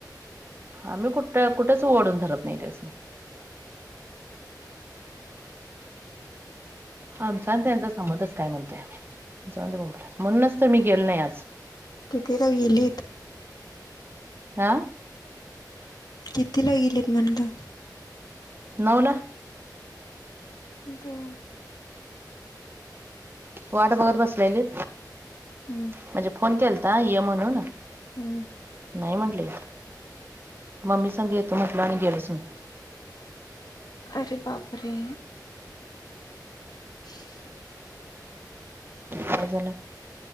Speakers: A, on the right (about 30°); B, on the left (about 65°).
A: आम्ही कुठ कुठेच ओडून धरत नाही त्याच. आमचा त्यांचा संबंधच काय म्हणतोय आम्ही जाऊ म्हणूनच तर मी गेलो नाही आज.
B: कि तर गेलीत.
A: हा.
B: कितीला गेलेत म्हणलं.
A: नऊला.
B: बर.
A: वाट बघत बसलेली.
B: हम.
A: म्हणजे फोन केलता य म्हणून.
B: हम्म
A: नाही म्हटले मम्मी संांग येतो म्हटलं आणि गेलच मी.
B: अरे बापरे! <inaudible>
A: बरं झालं.